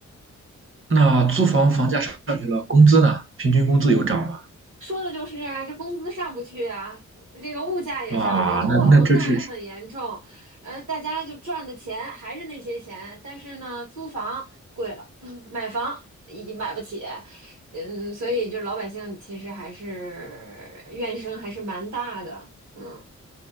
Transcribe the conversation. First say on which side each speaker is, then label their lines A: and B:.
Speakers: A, on the right; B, on the right.
A: 那租房房价上去了，工资呢？平均工资有涨吗？
B: 说的就是啊，这工资上不去啊，这个物价也上去，
A: 哇，
B: 通货膨胀也很严重，
A: 那那这是
B: 呃，大家就赚的钱还是那些钱，但是呢，租房贵了，<laughs> 买房也买不起，嗯，所以就老百姓其实还是怨声还是蛮大的，嗯